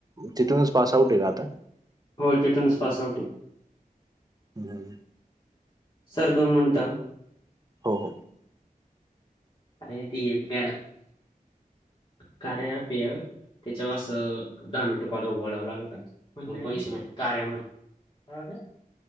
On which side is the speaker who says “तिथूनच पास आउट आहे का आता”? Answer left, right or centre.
Right